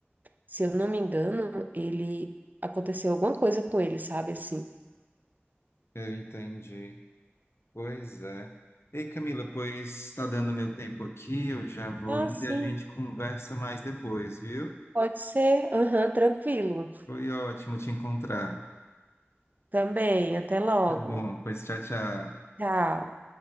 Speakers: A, on the right; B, on the left.
A: se eu não me engano, ele aconteceu alguma coisa com ele, sabe assim?
B: Eu entendi. Pois é. Ei, Camila, pois está dando meu tempo aqui, eu já vou
A: Ah,
B: indo
A: sim,
B: e a gente conversa mais depois, viu?
A: pode ser. Aham, tranquilo.
B: Foi ótimo te encontrar.
A: Também, até logo.
B: Bom, pois tchau, tchau.
A: Tchau.